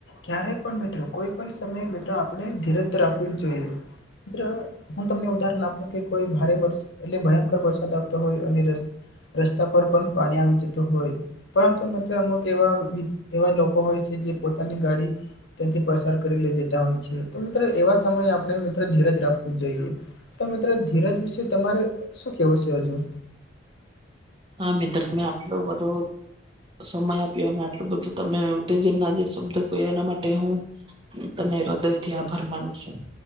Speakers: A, on the left; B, on the right.
A: ક્યારે પણ, મિત્ર, કોઈ પણ સમયે મિત્ર, આપણે ધીરજ રાખવી જ જોઈએ, મિત્ર. હું તમને ઉદાહરણ આપું કે કોઈ ભારે વર્ષ એટલે ભયંકર વરસાદ આવતો હોય અને રસ્તા પર પણ પાણી આવી જતું હોય. પરંતુ મિત્ર, અમુક એવા એવા લોકો હોય છે, જે પોતાની ગાડી ત્યાંથી પસાર કરી લઈ જતા હોય છે, તો મિત્ર, એવા સમયે આપણે, મિત્ર, ધીરજ રાખવું જોઈએ. તો મિત્ર, ધીરજ વિશે તમારે શું કેવું છે હજુ?
B: હા મિત્ર, તમે આટલો બધો. સમય આપ્યો, આટલું બધું તમે ઉત્તેજન ના જે શબ્દ કહ્યા, એના માટે હું હુ તમને હૃદયથી આભાર માનું છું.